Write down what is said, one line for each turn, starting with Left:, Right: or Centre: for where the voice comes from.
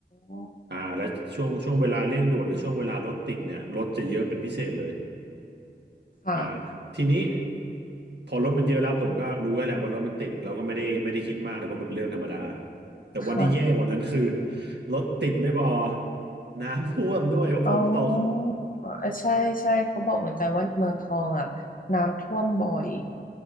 Left: ๋อ
Right: อ่าและช่วงช่วงเวลาเร่งด่วนหรือช่วงเวลารถติดเนี่ยรถจะเยอะเป็นพิเศษเลย
Left: ค่ะ
Right: อ่าทีนี้พอรถมันเยอะแล้วผมก็รู้แล้วแหละว่ารถมันติดเราก็ไม่ได้ไม่ได้คิดมากเลยเพราะมันเป็นเรื่องธรรมดาแต่วันที่แย่กว่านั้นคือ
Left: ค่ะ
Right: รถติดไม่พอน้ำท่วมด้วยเพราะฝนตก
Left: อ๋อเออใช่ใช่เขาบอกเหมือนกันว่าเมืองทองอ่ะน้ำท่วมบ่อย